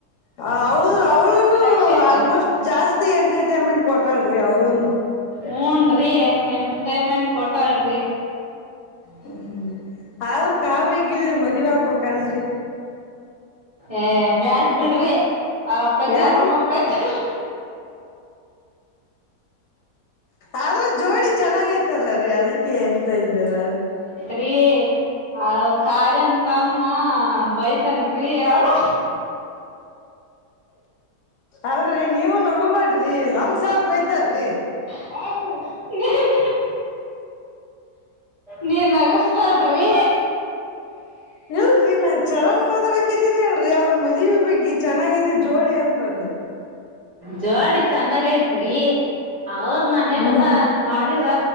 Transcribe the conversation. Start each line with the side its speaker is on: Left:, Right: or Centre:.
Left: ಹ ಅವಳು ಅವಳೂನು
Right: ರಕ್ಷಿತಾ
Left: ಆಲ್ಮೋಸ್ಟ್ ಜಾಸ್ತಿ ಎಂಟರ್ಟೈನ್ಮೆಂಟ್ ಕೊಟ್ಟಾಳ್ರಿ ಅವಳುನು.
Right: ಹೂನ್ರಿ ಎಂಟರ್ಟೈನ್ಮೆಂಟ್ ಕೊಟಾಳ್ರಿ
Left: ಹ್ಮ್ ಆದ್ರೂ ಕಾವ್ಯ ಗಿಲ್ ಮದೀವ್ ಆಗ್ಬಕ್ಲ್ರಿ.
Right: ಏ ಬ್ಯಾಡ್ ಬಿಡ್ರಿ ಅವ್ರ್ ಅಪ್ಪಾಜಿ
Left: ಯಾಕ
Right: ಅವ್ರ್ ಅವರಮ್ಮ ಬೈತಾರ್
Left: ಆದ್ರ ಜೋಡಿ ಚೆನ್ನಾಗೈತಲ್ಲರಿ ಅದಕ್ಕೆ ಹೇಳ್ತಾ ಇದ್ದೆ ನಾನು.
Right: ರಿ ಅವ ಕಾವ್ಯನ್ ತಮ್ಮ ಬೈತಾನ್ರಿ ಅವರು
Left: ಅಲ್ರಿ ನೀವು ನಗಬೇಡ್ರಿ ನಮ್ಸಾರ್ ಬೈತ ಬೈತಾರಿ.
Right: <unintelligible> ಏನ್ ನೀನ್ ನಗಸ್ಬಲ್್ರಿ
Left: ಹೇಳ್ರಿ ನ <inaudible> <inaudible> ಚೆನ್ನಾಗ್ ಮಾತಾಡಕ ಇದೀನ ಹೇಳ್ರಿ ಅವ್ರ ಮದುವೆ ಬಗ್ಗೆ ಚೆನ್ನಾಗಿದೆ ಜೋಡಿ ಅಂತಂದು
Right: ಜೋಡಿ ಚೆನ್ನಾಗ ಐತ್ರಿ ಅವ್ರ ಮನ್ಾಗಲ್ಲಾಂಗ
Left: ಹ್ಮ್
Right: <inaudible> ಮಾಡಿದ್ರ